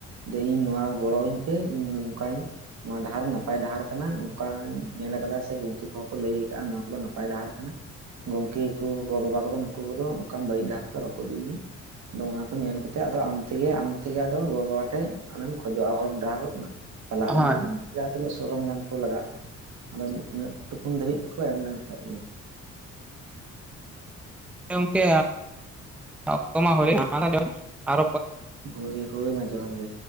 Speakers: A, on the right; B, in the centre.
A: ᱡᱮ ᱤᱧ ᱱᱚᱣᱟ ᱜᱚᱲᱚᱧ ᱯᱮ ᱤᱧ ᱱᱚᱝᱠᱟᱧ ᱱᱚᱣᱟ ᱰᱟᱦᱟᱨ ᱱᱟᱯᱟᱭ ᱰᱟᱦᱟᱨ ᱠᱟᱱᱟ ᱚᱱᱠᱟᱧ ᱧᱮᱞ ᱠᱟᱫᱟ ᱥᱮ ᱜᱚᱢᱠᱮ ᱠᱚᱦᱚᱸ ᱠᱚ ᱞᱟᱹᱭ ᱟᱠᱟᱫᱟᱼᱟ ᱱᱚᱣᱟ ᱠᱚᱫᱚ ᱱᱟᱯᱟᱭ ᱰᱟᱦᱟᱨ ᱠᱟᱱᱟ ᱜᱚᱝᱠᱮ ᱠᱚ ᱜᱚᱵᱟᱵᱟ ᱠᱚᱫᱚ ᱱᱩᱠᱩ ᱠᱚᱫᱚ ᱚᱱᱠᱟᱱ ᱵᱟᱹᱲᱤᱡ ᱰᱟᱦᱟᱨ ᱫᱚᱚ ᱵᱟᱠᱚ ᱤᱫᱤ ᱢᱮᱭᱟ ᱟᱫᱚ ᱚᱱᱟ ᱠᱚ ᱧᱮᱞ ᱠᱟᱛᱮᱫ ᱟᱫᱚ ᱟᱢᱛᱮᱜᱮ ᱟᱢᱛᱮᱜᱮ ᱟᱫᱚ ᱜᱚ ᱵᱟᱵᱟ ᱴᱷᱮᱡ ᱟᱢᱮᱢ ᱠᱷᱚᱡᱚᱜᱼᱟ ᱦᱚᱨ ᱰᱟᱦᱟᱨᱚᱜ ᱚᱱᱟ ᱪᱟᱞᱟᱜ
B: ᱦᱳᱭ
A: ᱨᱮᱱᱟᱜ ᱡᱟᱦᱟᱸ ᱛᱤᱱᱟᱹᱜ ᱥᱚᱨᱚᱧᱡᱟᱢ ᱠᱚ ᱞᱟᱜᱟᱜᱼᱟ ᱟᱫᱚ ᱩᱱᱟᱹᱜ ᱴᱩᱠᱩᱢ ᱫᱷᱟᱹᱵᱤᱡ ᱠᱚ ᱮᱢ ᱞᱮᱱᱠᱷᱟᱱ ᱜᱮ
B: ᱦᱮᱸ ᱜᱚᱝᱠᱮ ᱚᱠᱛᱚ ᱢᱟ ᱦᱩᱭ ᱮᱱᱟ
A: ᱦᱳᱭ ᱦᱳᱭ ᱢᱟ ᱡᱚᱦᱟᱨ ᱜᱮ